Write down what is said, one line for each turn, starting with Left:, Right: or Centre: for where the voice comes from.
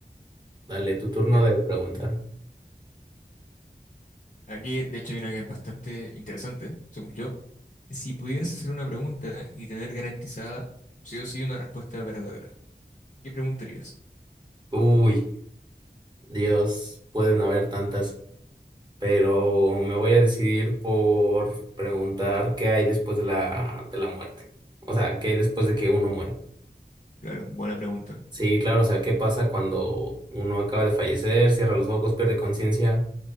Right: Dale, tu turno
Left: ya.
Right: de preguntar.
Left: Aquí, de hecho, hay una que es bastante interesante, según yo. Si pudieras hacer una pregunta y tener garantizada sí o sí una respuesta verdadera, ¿qué preguntarías?
Right: Uy, Dios, pueden haber tantas, pero me voy a decidir por preguntar qué hay después de la, de la muerte. O sea, qué hay después de que uno muere.
Left: Claro, buena pregunta.
Right: Sí, claro, o sea, ¿qué pasa cuando uno acaba de fallecer, cierra los ojos, pierde conciencia?